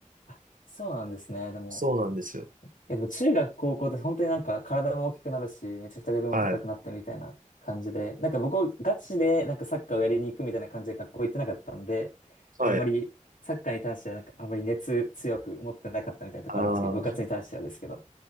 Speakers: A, on the left; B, on the right.
A: あ、そうなんですね。でも、
B: そうなんですよ。
A: や、でも中学、高校って本当になんか体も大きくなるし、めちゃくちゃレベルも高くなってみたいな感じで、
B: はい。
A: なんか僕、ガチでなんかサッカーをやりに行くみたいな感じで学校行ってなかったんで、
B: はい。
A: あんまりサッカーに対してはなんかあんまり熱強く持ってなかったみたいなとこあるんですけど、
B: ああ、
A: 部活に対してはですけど、